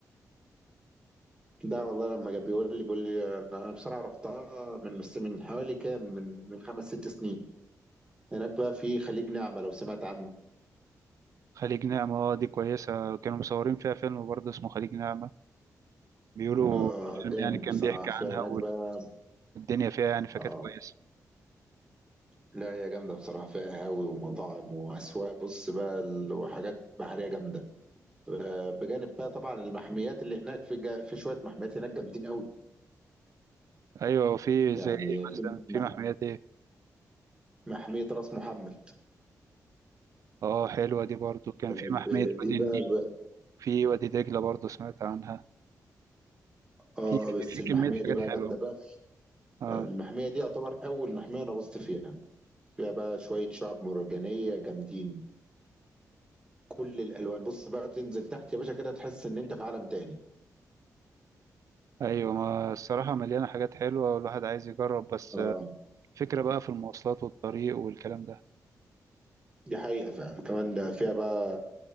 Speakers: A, on the right; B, on the right.
A: ده والله لما جاب بيقول لي بيقول لي انا أنا بصراحه رحتها من بس من حوالي كام من من خمس ست سنين هناك بقى في خليج نعمه لو سمعت عنه
B: خليج نعمة اه دي كويسة كانوا مصورين فيها فيلم برضه اسمه خليج نعمة بيقولوا
A: اه
B: الفيلم
A: جامد
B: يعني كان
A: بصراحه
B: بيحكي
A: في
B: عنها
A: هناك بقى
B: والدنيا فيها يعني فكانت
A: اه
B: كويسة
A: لا هي جامدة بصراحة فيها قهاوي ومطاعم وأسواق بص بقى ال- وحاجات بحرية جامدة آه، بجانب بقى طبعا المحميات اللي هناك في جا... في شوية محميات هناك جامدين قوي
B: أيوة وفي
A: يعني
B: زي إيه
A: في
B: مثلا في
A: م-
B: محميات إيه
A: محمية راس محمد
B: اه حلوة دي برضه كان في
A: آه،
B: محمية
A: دي
B: وادي
A: بقى
B: النيل
A: ب...
B: في وادي دجلة برضه سمعت عنها
A: اه
B: في
A: بس
B: في
A: المحمية
B: كمية
A: دي
B: حاجات
A: بقى
B: حلوة
A: جامدة بقى
B: اه
A: آه، المحمية دي يعتبر أول محمية أنا غصت فيها فيها بقى شوية شعاب مرجانية جامدين كل الألوان بص بقى تنزل تحت يا باشا كده تحس إن أنت في عالم تاني
B: أيوة ما الصراحة مليانة حاجات حلوة والواحد عايز يجرب بس
A: آه.
B: الفكرة بقى في المواصلات والطريق والكلام ده
A: دي حقيقة فعلا كمان ده فيها بقى